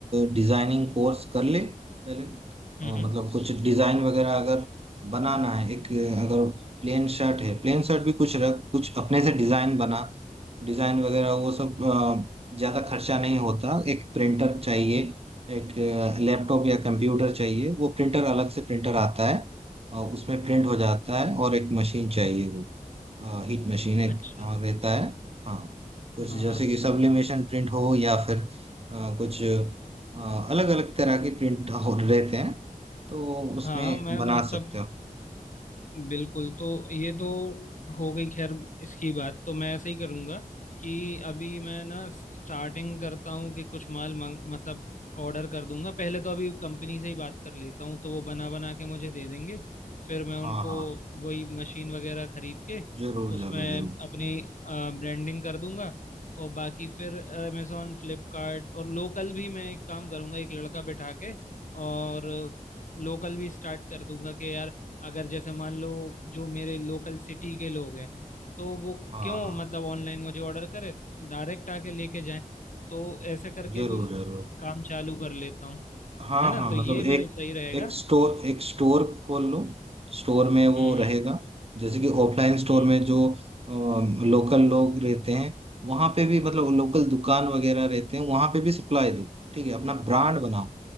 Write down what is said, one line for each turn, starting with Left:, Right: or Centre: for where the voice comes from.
Right: डिजाइनिंग कोर्स कर ले पहले अ,
Left: हम्म हम्म।
Right: मतलब कुछ डिजाइन वगैरह अगर बनाना है एक अ, अगर प्लेन शर्ट है प्लेन शर्ट भी कुछ रख कुछ अपने से डिजाइन बना डिजाइन वगैरह वो सब अ, ज्यादा खर्चा नहीं होता एक प्रिंटर चाहिए एक लैपटॉप या कंप्यूटर चाहिए वो प्रिंटर अलग से प्रिंटर आता है अ, उसमें प्रिंट हो जाता है और एक मशीन चाहिए वो हाँ हीट मशीन एक
Left: अच्छा
Right: हाँ रहता है हाँ कुछ
Left: हाँ
Right: जैसे
Left: हाँ
Right: कि सब्लिमेशन प्रिंट हो या फिर अ, कुछ अलग अलग तरह के प्रिंट हो रहते हैं तो उसमें
Left: हाँ हाँ मैं
Right: बना
Left: मतलब
Right: सकते हो
Left: बिल्कुल तो ये तो हो गई खैर इसकी बात तो मैं ऐसे ही करूंगा कि अभी मैं ना स्टार्टिंग करता हूँ कि कुछ माल मांग मतलब ऑर्डर कर दूंगा पहले तो अभी कंपनी से ही बात कर लेता हूँ तो वो बना बना के मुझे दे देंगे फिर मैं उनको
Right: हाँ हाँ
Left: वही मशीन वगैरह खरीद के
Right: जरूर
Left: उसमें
Right: जरूर जरूर
Left: अपनी ब्रांडिंग कर दूंगा और बाकी फिर अमेजोन फ्लिपकार्ट और लोकल भी मैं एक काम करूंगा एक लड़का बैठा के और लोकल भी स्टार्ट कर दूंगा कि यार अगर जैसे मान लो जो मेरे लोकल सिटी के लोग हैं तो वो
Right: हाँ
Left: क्यों
Right: हाँ
Left: मतलब ऑनलाइन मुझे ऑर्डर करे डायरेक्ट आके लेके जाए तो ऐसे करके
Right: जरूर
Left: भी
Right: जरूर
Left: काम चालू कर लेता हूँ
Right: हाँ
Left: है ना
Right: हाँ
Left: तो ये
Right: मतलब
Left: मेरा
Right: एक
Left: सही रहेगा
Right: एक
Left: हम्म
Right: स्टोर एक स्टोर खोल लो स्टोर में वो
Left: हम्म
Right: रहेगा जैसे कि ऑफलाइन स्टोर
Left: हम्म,
Right: में जो लोकल लोग रहते हैं वहां पे भी मतलब लोकल दुकान वगैरह रहते हैं वहां पे भी सप्लाई दो ठीक है अपना ब्रांड बनाओ